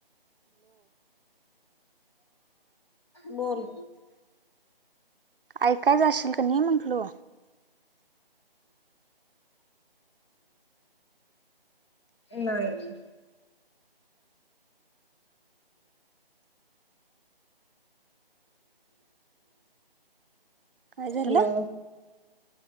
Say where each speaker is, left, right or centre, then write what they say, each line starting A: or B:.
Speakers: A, on the left; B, on the right.
A: बोल.
B: ऐकाय जाशील का नाही म्हटलं?
A: नाही.
B: काय झालं
A: हॅलो.